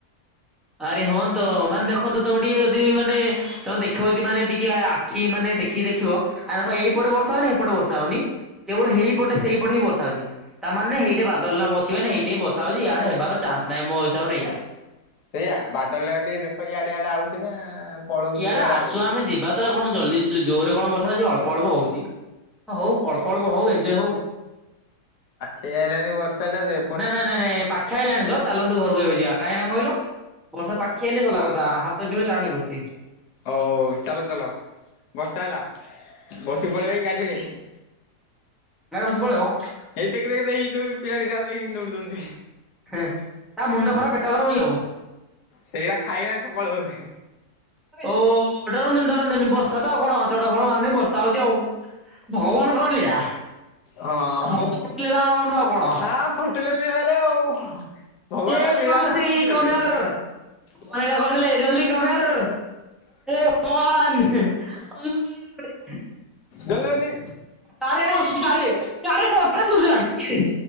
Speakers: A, in the centre; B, on the left.
A: ଆରେ ହଁନ୍ତ ମାନେ ଦେଖନ୍ତୁ ତମେ ଟିକେ ଯଦି ମାନେ ତମେ ଦେଖିବ ଯଦି ମାନେ ଟିକେ ଆ ହି ମାନେ ଦେଖିକି ଦେଖିବ ଆଉ ଦେଖ ଏଇପଟେ ବର୍ଷା ହଉନି ଏପଟେ ବର୍ଷା ହଉନି। କେବଳ ହେଇପଟେ ସେଇ ପଟେ ହିଁ ବର୍ଷା ହଉଛି। ତା ମାନେ ହେଇଟି ବାଦଲଟା ବଛିିବେନେଇ ହେଇଠି ବର୍ଷା ହଉଛି ଇଆଡ଼େ ହେବାର ଚାନ୍ସ ନାହିଁ ମୋ ହିସାବରେ ଏଇଆ।
B: ସେଇଆ ବାଦଲ ଟା ଟିକେ ଦେଖ ଇଆଡେ ଇଆଡେ ଆଉଛି ନା। ପଳଉଛି
A: ଇଆଡ଼େ
B: ସିଆଡେ
A: ଆସୁ
B: ଆଗକୁ।
A: ଆମେ ଯିବା ତ ଆଉ କଣ ଜଲଦି ଜୋରରେ କଣ ବର୍ଷା ହଉଛି ଅଳ୍ପ ଅଳ୍ପ ହଉଛି ହଁ ହଉ ଅଳ୍ପ ଅଳ୍ପ ଅଳ୍ପ ହଉ ଏଯେ ହଉ।
B: ହେ ଆଇଲାଣି ବର୍ଷାଟାରେ।
A: ନାଇଁ ନାଇଁ ନାଇଁ ପାଖେଇ ଆଇଲାଣି ତ ଚାଲନ୍ତୁ ଘରକୁ ଏବେ ଯିବା କାହିଁକି ନା କଣ କହିଲ? ବର୍ଷା ପାଖେଇଲେ ଭଲ କଥା ହାତ ଜୋଳି ଟାରନି ବସି।
B: ହଉ ଚାଲ ଚାଲ ବର୍ଷା ହେଲା ବସିି ପଳେଇବାକି ଗାଡ଼ିରେ।
A: ନ ହେଲେ ବସି ପଳେଇବ।
B: ଏଇ ଦେଖି ଦେଖୀ ଦେଇ ଜଉ ପିଲା ଦିଟା ଆଙ୍କ ଦେଖି କେମିତି ଦୌଡୁଛନ୍ତି।
A: ହେଁ, ତାଙ୍କ ମୁଣ୍ଡ ଖରାପ ପେଟ ଗରମ ହିଁ ହବ।
B: ସେଇୟା ଖାଇବା ସକାଳୁ ଓଳି।
A: ଓ ଡରନ୍ତୁନି ଡରନ୍ତୁନି ବର୍ଷା ତ ଆଉ କଣ ଚଡକ ଫଡକ ମାରୁନି ବର୍ଷା ହଉଛି ଆଉ। ଭଗବାନଙ୍କର ଲୀଳା
B: ହଁ
A: ଭଗବାନଙ୍କର ଲୀଳା ଅନୁ ଆଉ କଣ।
B: ଆ ହଷ୍ଟେଲ ଲୀଳାରେ ଆଉ ଭଗବାନ
A: ଏ
B: ଲୀଳାରେ
A: ରାମ ଶ୍ରୀ
B: ଆମେ ଫସିିଗଲେ।
A: କମ୍ ହିଅର୍ ଭଗବାନ
B: ଭଗବାନ୍ ଲୀଳା କରିଦେଲେ
A: ଜଲ୍ଦି କମ୍ ହିଅର୍। ଏ ଭଗବାନ।
B: <unintelligible>
A: <inaudible>
B: ଦେଲେନି।
A: କାର ବସିଛୁ କାର୍ ରେ କାର ରେ ବର୍ଷା ଦୂଲ୍ ଦାଲ୍।